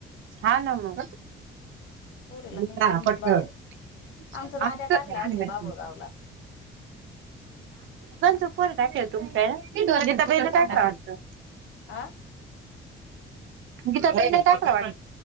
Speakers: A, on the right (about 80°); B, on the left (about 75°).
A: हा ना म.
B: पुरीला
A: उठ
B: नाही
A: ना
B: करमत
A: पटकन
B: बाहेर
A: <unintelligible>
B: आमचा दाद्या
A: काय
B: टाकलाय आम्ही
A: नाही
B: बाबुळगावला
A: तुमच्या कड त्या बाईला काय
B: हा
A: काय वाटतं.
B: हा
A: गीता ताई नाहीत. कावा